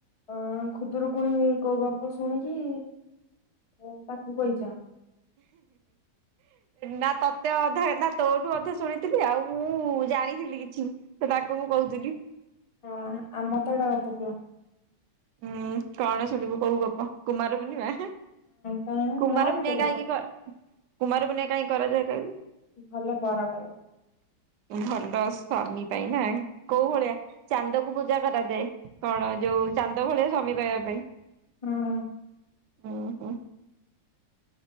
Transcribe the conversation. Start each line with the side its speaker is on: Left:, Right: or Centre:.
Left: ଅ ଖୁଦରୁକୁୁଣି କୋଉ ଗପ ଶୁଣିକି ତ ତାକୁ କହିଚ।
Right: ନା ତତେ ଅଧା ନା ତୋଠୁ ଅଧା ଶୁଣିଥିଲି ଆଉ ମୁଁ ଜାଣିଥିଲି କିଛି ତ ତାକୁ ମୁଁ କହୁଥିଲି।
Left: ହଁ ଆ ମତେ ଗୋଟେ ଗପ କୁହ।
Right: ଉୁଁ କଣ ଶଣିବୁ କୋଉ ଗପ କୁମାର ପୂର୍ଣ୍ଣିମା।
Left: କାଇଁ
Right: କୁମାର
Left: ଯାହା ବି
Right: ପୂର୍ଣ୍ଣିମା
Left: କେବେ
Right: କାହିଁକି
Left: କହିବ
Right: କ କୁମାର ପର୍ଣ୍ଣିମା କାହିଁକି କରାଯାଏ କହିଲୁ?
Left: ଭଲ ବର ପାଇବ
Right: ଭଲ ସ୍ଵାମୀ ପାଇଁ ନା କୋଉ
Left: ହଁ
Right: ଭଳିଆ ଚାନ୍ଦକୁ ପୂଜା କରାଯାଏ କଣ ଯୋଉ ଚାନ୍ଦ ଭଳିଆ ସ୍ବାମୀ ପାଇବା ପାଇଁ।
Left: କଣ
Right: ଓହୋ